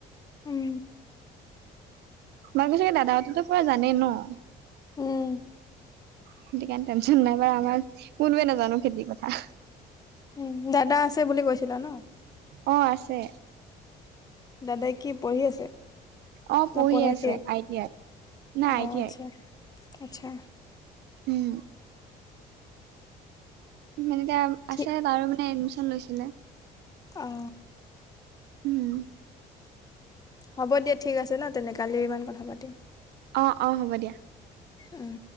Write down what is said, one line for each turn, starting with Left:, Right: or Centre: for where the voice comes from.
Left: উম।
Right: তোমালোকৰ চাগে দাদা হঁতো পোৰা জানেই ন?
Left: উম।
Right: সেইটো কাৰণে টেনশ্যন নাই বাৰু, আমাৰ কোনোৱে নাজানোঁ খেতিৰ পথাৰ!
Left: উম' দাদা আছিলা বুলি কৈছিলা ন?
Right: অঁ আছে।
Left: দাদাই কি পঢ়ি আছে?
Right: অ পঢ়ি
Left: না পঢ়া
Right: আছে
Left: শেষ?
Right: আই টি আই নাই
Left: অঁ
Right: আই টি
Left: আচ্ছা
Right: আই
Left: আচ্ছা।
Right: হম। মানে এতিয়া
Left: ঠিক
Right: আছে তাৰো মানে এডমিশ্যন লৈছিলে।
Left: অঁ।
Right: উম
Left: হ'ব দিয়া ঠিক আছে ন তেনে, কালি ইমান কথা পাতিম।
Right: অঁ অঁ হ'ব দিয়া।
Left: উম।